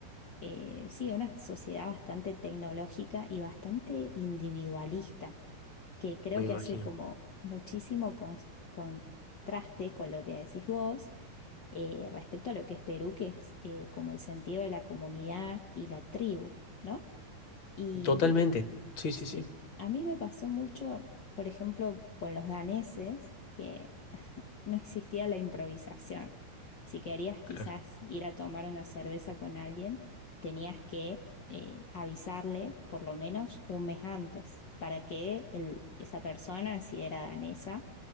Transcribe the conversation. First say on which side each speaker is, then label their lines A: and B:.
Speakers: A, on the left; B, on the left.
A: eh, sí, una sociedad bastante tecnológica y bastante individualista, que creo
B: me
A: que
B: imagino.
A: hace como muchísimo cons- contraste con lo que decís vos eh, respecto a lo que es Perú, que es eh, como el sentido de la comunidad y la tribu, ¿no? Y
B: Totalmente, sí, sí,
A: sí,
B: sí.
A: a mí me pasó mucho, por ejemplo, con los daneses, que no existía la improvisación. Si querías quizás
B: claro.
A: ir a tomar una cerveza con alguien, tenías que eh, avisarle por lo menos un mes antes para que el- esa persona, si era danesa,